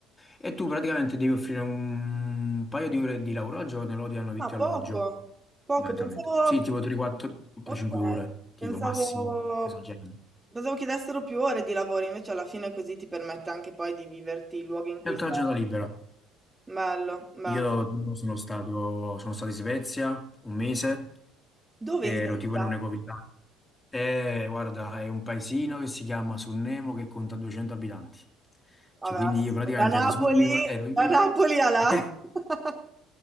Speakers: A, on the left; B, on the right.
A: E tu praticamente devi offrire un paio di ore di lavoro al giorno e loro ti danno vitto
B: Ah, poco.
A: e alloggio,
B: Poco,
A: fondamentalmente.
B: pensavo
A: Sì, tipo 3-4-5
B: Ok,
A: ore, tipo
B: pensavo,
A: massimo, esagerando.
B: pensavo chiedessero più ore di lavoro, invece alla fine così ti permette anche poi di viverti i luoghi in cui
A: E tutta
B: stai.
A: la giornata libera.
B: Bello, bello.
A: Io tipo, sono stato, sono stato in Svezia un mese,
B: Dove
A: ero
B: in Svezia?
A: tipo in un ecovillaggia. E guarda, è un paesino che si chiama Sunnemo che conta 200 abitanti.
B: Vabbè,
A: Cioè, quindi
B: ass-
A: io praticamente
B: da Napoli,
A: ero solo io, ero io.
B: da Napoli a là.
A: <laughs>
B: <laughs>